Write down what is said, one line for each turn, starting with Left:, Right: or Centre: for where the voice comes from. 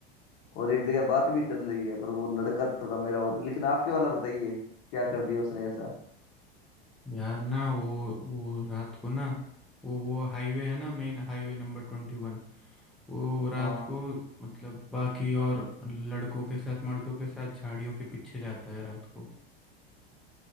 Left: और एक जगह बात भी चल रही है पर वो लड़का थोड़ा मेरा और लेकिन आपके वाला बताइए क्या कर दिया उसने ऐसा
Centre: यार ना वो वो रात को ना वो वो हाईवे है ना मेन हाईवे नंबर ट्वेंटी वन वो
Left: हाँ
Centre: रात को मतलब बाकी और लड़कों के साथ मर्दों के साथ झाड़ियों के पीछे जाता है रात को